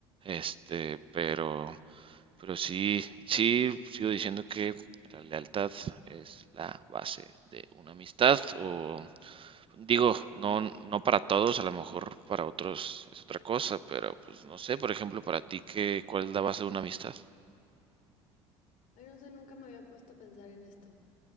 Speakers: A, on the right; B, on the left.
A: Este, pero, pero sí, sí, sigo diciendo que la lealtad es la base de una amistad o Digo, no, no para todos, a lo mejor para otros es otra cosa, pero pues no sé, por ejemplo, para ti, ¿qué, cuál es la base de una amistad?
B: Ay, no sé, nunca me había puesto a pensar en esto.